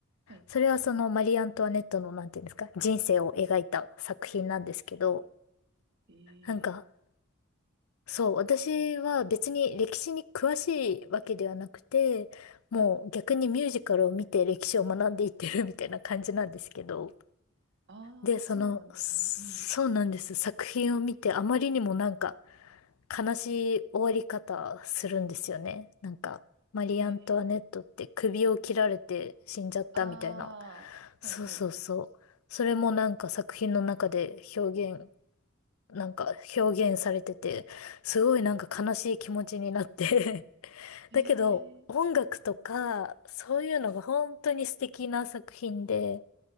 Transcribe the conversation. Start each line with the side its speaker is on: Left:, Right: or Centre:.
Right: はい。
Left: それはそのマリー・アントワネットのなんていうんですか、人生を描いた作品なんですけど、
Right: えー、
Left: なんか、そう、私は別に歴史に詳しいわけではなくて、もう逆にミュージカルを見て歴史を学んでいってるみたいな感じなんですけど、
Right: はい。あー、
Left: で、その、
Right: そうなんですね。
Left: そうなんです。
Right: うん。
Left: 作品を見て、あまりにもなんか、悲しい終わり方するんですよね。なんか、マリー・
Right: えー、
Left: アントワネットって首を切られて死んじゃったみたいな。
Right: あー、
Left: そうそうそう。
Right: はい、はい。
Left: それもなんか作品の中で表現、なんか表現されてて、すごいなんか悲しい気持ちになって <laughs>
Right: へえー、
Left: だけど、音楽とか、そういうのが本当に素敵な作品で、